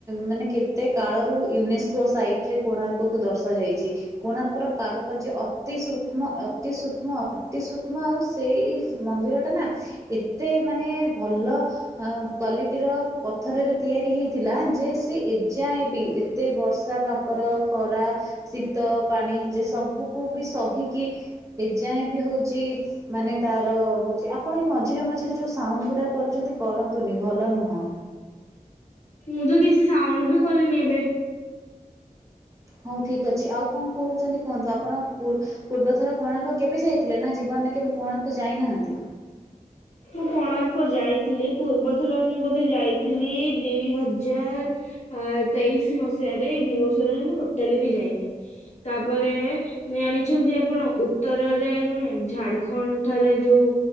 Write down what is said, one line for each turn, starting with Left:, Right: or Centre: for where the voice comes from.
Right: ମାନେ କେତେ କାଳରୁ ୟୁନେସ୍କୋ ସାଇଟ୍ ରେ କୋଣାର୍କକୁୁ ଦର୍ଶାଯାଇଛି କୋଣାର୍କର କାରୁ ଯେ ଅତି ସୂକ୍ଷ୍ମ ତି ସୁକ୍ଷ୍ମ ଅତି ସୁକ୍ଷ୍ମ ଆଉ ସେଇ ମନ୍ଦିର ଏତେ ମାନେ ଭଲ କ୍ଵାଲିଟିର ପଥରରେ ତିଆରି ହେଇଥିଲା ଯେ ସେ ଏଯାଏ ଏ ବି ଏତେ ବର୍ଷା କା କର ଖରା ଶୀତ ପାଣି ଯେ ସବୁକୁ ବି ସହିକି ଏ ଯାଏ ବି ହଉଛି ମାନେ ତାର ହଉଛି ଆପଣ ଏଇ ମଝିରେ ମଝିରେ ଯୋଉ ସାଉଣ୍ଡ ଗୁଡା କରୁଛନ୍ତି କରନ୍ତୁନି ଭଲ ନୁହଁ।
Left: ମୁଁ ତ କିଛି ସାଉଣ୍ଡ ବି କରିନି ଏବେ।
Right: ହଉ ଠିକ ଅଛି ଆଉ କଣ କହୁଛନ୍ତି? କୁହନ୍ତୁ ଆପଣ? ପୂର୍ବ ଥର କୋଣାର୍କ କେବେ ଯାଇଥିଲେ ନା ଜୀବନରେ କେବେ କୋଣାର୍କ ଯାଇନାହାନ୍ତି?
Left: ମୁଁ କୋଣାର୍କ ଯାଇଥିଲି ପୂର୍ବ ଥର ମୁଁ ବୋଧେ ଯାଇଥିଲି ଦିଇ ହଜାର ତେଇଶି ମସିହାରେ ଏଇ ଦିଇ ବର୍ଷ ହେଲାଣି ମୁଁ ଟୋଟାଲି ବି ଯାଇନି ତାପରେ ଜାଣିଛନ୍ତି ଆପଣ ଉତ୍ତରରେ ନୁହେଁ ଝାଡ଼ଖଣ୍ଡ ଠାରେ ଯୋଉ